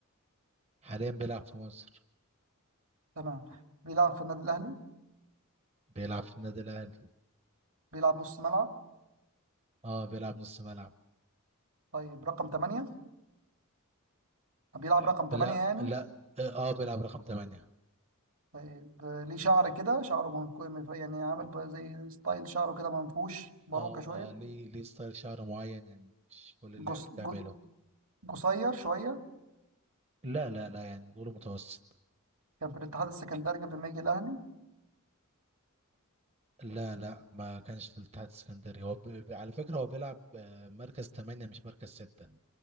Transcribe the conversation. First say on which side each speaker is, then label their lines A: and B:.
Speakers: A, on the right; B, on the right.
A: حاليا بيلعب في مصر
B: تمام بيلعب في النادي الأهلي
A: بيلعب في النادي الأهلي
B: بيلعب نص ملعب
A: أه بيلعب نص ملعب
B: طيب رقم 8 بيلعب
A: لا
B: رقم
A: لا
B: 8 يعني
A: لا أه آه، بيلعب رقم 8
B: طيب آه، ليه شعر كده شعره منك- منف- يعني عامل ب- زي ستايل شعره كده منفوش باروكة
A: او
B: شوية
A: آه، ليه ليه ستايل شعر معين يعني مش كل اللعيبه
B: جس...
A: بتعمله
B: ج- قصير شوية
A: لا لا لا يعني نقوله متوسط
B: كان في الاتحاد السكندري قبل ما يجي الأهلي
A: لا لا ما كانش في الاتحاد السكندري هو ب... ب- على فكره هو بيلعب آه، مركز 8 مش مركز 6